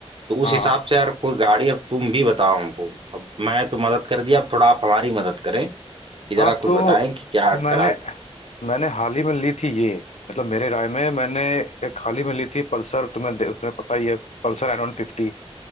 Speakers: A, on the right; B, on the left.
A: तो उस
B: हाँ
A: हिसाब से यार कोई गाड़ी अब तुम भी बताओ हमको अब मैं तो मदद कर दिया अब थोड़ा आप हमारी मदद करें कि जरा
B: हाँ तो
A: कुछ बताएं कि क्या
B: मैंने
A: करा जाए
B: मैंने हाल ही में ली थी ये मतलब मेरे राय में मैंने एक हाल ही में ली थी पल्सर तुम्हें दे- तुम्हें पता ही है पल्सर एन वन फिफ्टी।